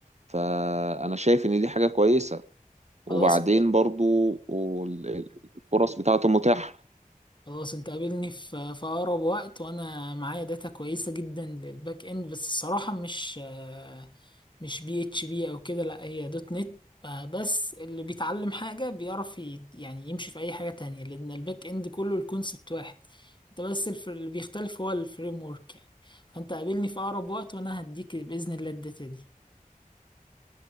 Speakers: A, on the right; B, on the left.
A: فانا شايف ان دي حاجة كويسة وبعدين
B: خلاص
A: برضو وال- الفرص بتاعته متاحة
B: خلاص انت قابلني في في اقرب وقت وانا معايا داتا كويسه جدا للباك اند بس الصراحه مش آه، مش بي اتش بي او كده لا هي دوت نت آه، بس اللي بيتعلم حاجه بيعرف ي- يعني يمشي في اي حاجه تانية لان الباك اند كله الكونسبت واحد انت بس الف- اللي بيختلف هو الفريم ورك يعني فانت قابلني في اقرب وقت وانا هديك باذن الله الداتا دي